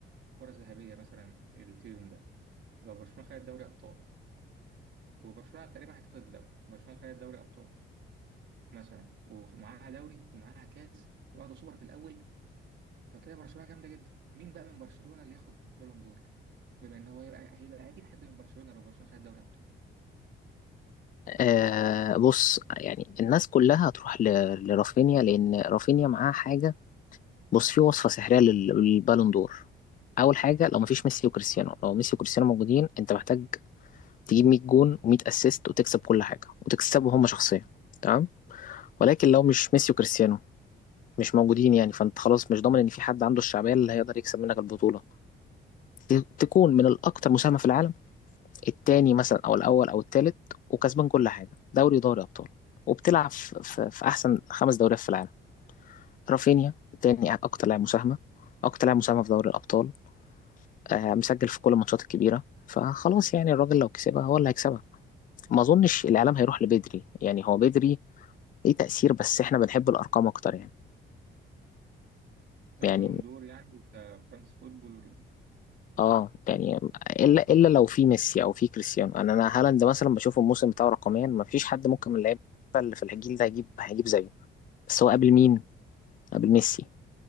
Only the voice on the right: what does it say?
كرة ذهبية مثلا السيزون ده لو برشلونة خدت دوري ابطال وبرشلونة تقريبا هتاخد الدوري برشلونة خدت دوري ابطال مثلا ومعاها دوري ومعاها كاس واخدة سوبر في الاول طب كده برشلونة جامدة جدا مين بقى من برشلونة اللي ياخد بالون دور بما ان هو هيبقى هيبقى اكيد حد من برشلونة لو برشلونة خد دوري ابطال
كبالون
دور يعني وكفرانس فوتبول وكده